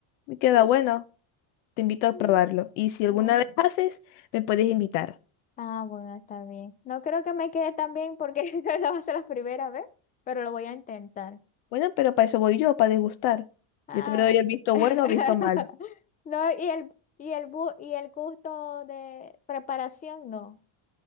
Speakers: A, on the left; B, on the left.
A: me queda
B: Sí.
A: bueno. Te invito a
B: Mm,
A: probarlo. Y si alguna
B: ajá.
A: vez haces, me puedes invitar.
B: Ah, bueno, está bien. No creo que me quede tan bien porque <laughs> lo va a ser la primera vez, pero lo voy a intentar.
A: Bueno, pero para eso voy yo, para degustar.
B: Ah.
A: Yo te doy el visto
B: <laughs>
A: bueno o visto malo.
B: No, y el, y el, bu- y el gusto de preparación, no.